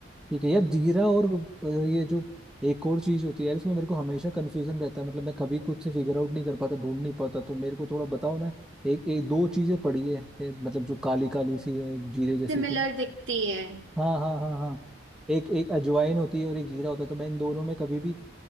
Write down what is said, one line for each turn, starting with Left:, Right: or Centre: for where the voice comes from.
Centre: ठीक है यार जीरा और अ, ये जो एक और चीज होती है यार इसमें मेरे को हमेशा कंफ्यूजन रहता है मतलब मैं कभी खुद से फिगर आउट नहीं कर पाता ढूंढ नहीं पाता तो मेरे को थोड़ा बताओ ना एक एक दो चीजें पड़ी है ए, मतलब जो काली काली सी है जीरे जैसी
Right: सिमिलर
Centre: तो
Right: दिखती है
Centre: हाँ हाँ हाँ हाँ एक एक अजवाइन होती है और एक जीरा होता है तो मैं इन दोनों में कभी भी